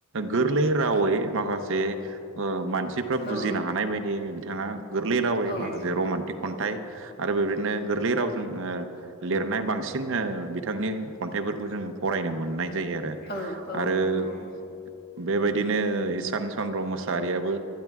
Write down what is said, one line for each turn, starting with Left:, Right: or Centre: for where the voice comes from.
Right: गोरलै रावै माखासे ओ मान मानसिफ्रा बुजिनो
Left: औ
Right: हानाय बायदि बिथाङा गोरलै रावै
Left: औ औ
Right: माखासे रमान्टिक खन्थाइ आरो बेबायदिनो गोरलै रावजों ओ लिरनाय बांसिन ओ बिथांनि खन्थाइफोरखौ जों फरायनो मोननाय जायो आरो
Left: औ औ
Right: आरो
Left: नंगौ
Right: बेबायदिनो इसान चन्द्र मोसाहारियाबो